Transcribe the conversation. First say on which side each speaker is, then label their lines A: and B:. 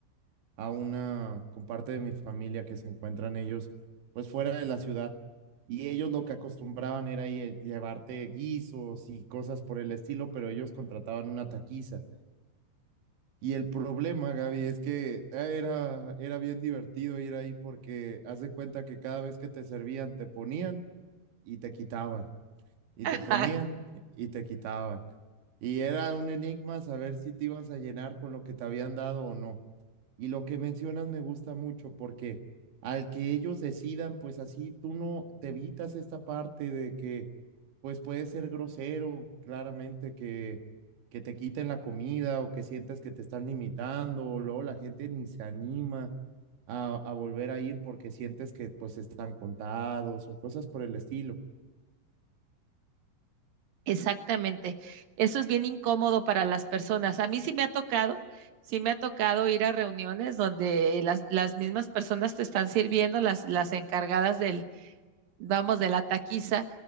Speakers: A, on the right; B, on the right.
A: a una, con parte de mi familia que se encuentran ellos, pues fuera de la ciudad. Y ellos lo que acostumbraban era lle- llevarte guisos y cosas por el estilo, pero ellos contrataban una taquiza. Y el problema, Gaby, es que ah, era, era bien divertido ir ahí porque haz de cuenta que cada vez que te servían, te ponían y te quitaban, y
B: <laughs>
A: te ponían y te quitaban. Y era un enigma saber si te ibas a llenar con lo que te habían dado o no. Y lo que mencionas me gusta mucho porque al que ellos decidan, pues así tú no te evitas esta parte de que, pues puede ser grosero, claramente que, que te quiten la comida o que sientas que te están limitando, o luego la gente ni se anima a, a volver a ir porque sientes que pues están contados o cosas por el estilo.
B: Exactamente. Eso es bien incómodo para las personas. A mí sí me ha tocado, sí me ha tocado ir a reuniones donde las, las mismas personas te están sirviendo, las, las encargadas del, vamos, de la taquiza,